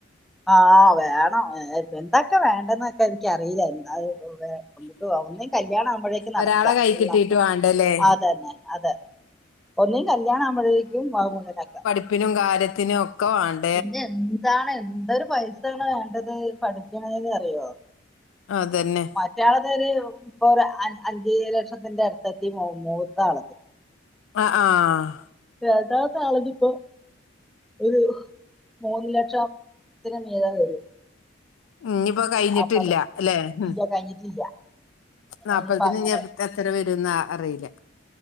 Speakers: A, in the centre; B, on the left.
A: ആഹ് വേണം ഏഹ് എന്തക്കെ വേണ്ടന്നൊക്കെ എനിക്കറീല എന്താഹ് പോ വേ ഒട്ട് ഒഹ് ഒന്നി കല്യാണാവുമ്പഴേക്കും നടത്താ
B: ഒരാളെ കൈ
A: ഉള്ളാക്ക
B: കിട്ടീട്ട് വാണ്ടല്ലേ
A: അതന്നെ അതെ ഒന്നിൻകല്യാണാമ്പഴേക്യും വവ് മുന്നിലാക്കാ
B: ഉപ്പിനും കാര്യത്തിനും ഒക്കെ വേണം
A: പിന്നെ എന്താണ് എന്തരു പൈസയാണ് വേണ്ടത് പഠിപ്പണെന്ന് അറിയോ
B: അതന്നെ
A: മറ്റയാളത് ഒരു ഇപ്പൊ അഞ്ച ലക്ഷത്തിന്റെ അടുത്തത്തി മൂത്താള്ളത്
B: ആഹ് ആഹ്
A: യഥാത് ആളഞ്ഞ ഇപ്പോ ഒരു മൂന്ന് ലക്ഷത്തിന് മീത വരും
B: ഉ ഇനിപ്പോ കഴിഞ്ഞിട്ടില്ല
A: അപ്പൊ അത്
B: അല്ലെ ഉ
A: ഇല്ല കഴിഞ്ഞിട്ടില്ല
B: നാൽപ്പത്തിന്
A: ഇനിയിപ്പോ അങ്ങനെ
B: എത്ര വരുംന്ന് അറിയില്ല